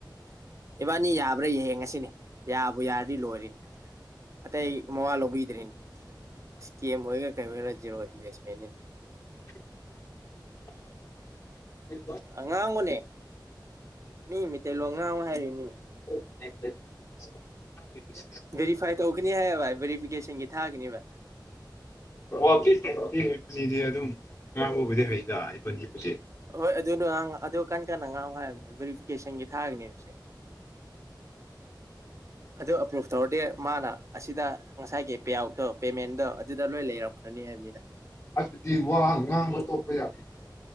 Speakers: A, on the right; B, on the left.
A: ꯏꯕꯥꯅꯤ ꯌꯥꯕ꯭ꯔꯥ ꯌꯦꯡꯉꯁꯤꯅꯦ ꯌꯥꯕꯨ ꯌꯥꯔꯗꯤ ꯂꯣꯏꯔꯤꯅꯤ ꯑꯇꯩ ꯃꯋꯥ ꯂꯧꯕꯤꯗ꯭ꯔꯔꯤꯅꯦ ꯏꯁꯀꯦꯝ ꯑꯣꯏꯒꯦꯔꯥ ꯀꯩ ꯑꯣꯏꯒꯦꯔꯥ ꯖꯤꯦꯔꯣ ꯏꯟꯚꯦꯁꯃꯦꯟꯅꯤꯅ
B: <unintelligible>
A: ꯑꯉꯥꯡꯕꯅꯦ ꯃꯤ ꯃꯤꯇꯩꯇꯩꯂꯣꯡ ꯉꯥꯡꯨ ꯍꯥꯏꯔꯤꯕꯅꯤꯅꯦ
B: <unintelligible> <unintelligible>
A: ꯚꯦꯔꯤꯐꯥꯏ ꯇꯧꯒꯅꯤ ꯍꯥꯏꯌꯦ ꯚꯥꯏ ꯚꯦꯔꯤꯐꯤꯀꯦꯁꯟꯒꯤ ꯊꯥꯒꯅꯤ ꯚꯥꯏ
B: ꯑꯣ ꯑꯦ ꯑꯅꯤꯗꯤ ꯑꯗꯨꯝ ꯉꯔꯕꯨꯕꯨꯗꯤ ꯍꯩꯗ ꯑꯩꯨꯒꯤ ꯄꯨꯛ
A: ꯍꯣꯏ ꯑꯗꯨꯗꯣ ꯑꯗꯨꯣ ꯀꯟꯅ ꯀꯟꯅ ꯉꯥꯡ ꯍꯥꯏꯕꯅꯦ ꯚꯦꯔꯤꯐꯤꯀꯦꯁꯟꯒꯤ ꯊꯥꯔꯒꯅꯦꯕꯁꯦ ꯑꯗꯨ ꯑꯦꯄ꯭ꯔꯨꯚ ꯇꯧꯔꯗꯤ ꯃꯥꯅ ꯑꯁꯤꯗ ꯉꯁꯥꯏꯒꯤ ꯄꯦꯑꯥꯎꯠꯇꯣ ꯄꯦꯃꯦꯟꯗꯣ ꯑꯗꯨꯗ ꯂꯣꯏ ꯂꯩꯔꯝꯈ꯭ꯔꯅꯤ ꯍꯥꯏꯕꯅꯤꯗ
B: ꯑꯗꯨꯗꯤ ꯋꯥ ꯉꯥꯡꯕ ꯇꯣꯛꯄ ꯌꯥꯗꯦ